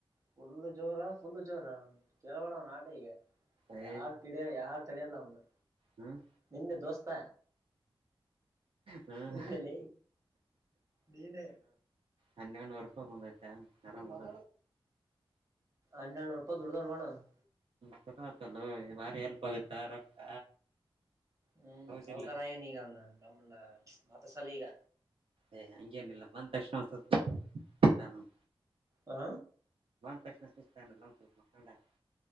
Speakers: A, on the right; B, on the right.
A: ಫುಲ್ ಜೋರ ಫುಲ್ ಜೋರ ಕೆೇಳಬೇಡ ಅವ್ನ ಆಟ ಈಗ
B: ಏ
A: ಯಾರ್ ಕಿಡಿಯ ಯಾರ್ ತಡಿಯಲ್ಲ ಒಂದು
B: ಹ್ಮ್
A: ನಿನ್ನೆ ದೋಸ್ತ
B: ಹ್ಮ್
A: ನಿನ್ನಲ್ಲ ನೀನ
B: ಹನ್ನೆ ಹಣೂ ರೂಪಾಯ ಬಂದತಾ ಆರಾಮದ
A: ಅ್ಣ ನ ನಡಪದುೊಡ್ಡಗ ಹಣ <unintelligible>
B: ಚುಲ ಆತಲ್ಲ <unintelligible> ಬಾರಿ ಎಲ್ಪ್ ಆಗುತ್ತ ರೊಕ್ಕ
A: ಹ್ಮ್
B: ಹೌದಿಲ್ಲ
A: ಸೌಕಾರ ಆನ ಈಗ ಅವ ನಮ್ಮನ್ನ ಮಾತಾಡ್ಸಲ್ಲ ಈಗ
B: ಯ್ ಹಂಗೇನಿಲ್ಲ ಬಂದ್ ತಕ್ಷಣಾನ ಬಂದು
A: ಹ
B: ಪ್ರಶ್ನಷ್ಟತಲ್ಲ ಸ್ <unintelligible>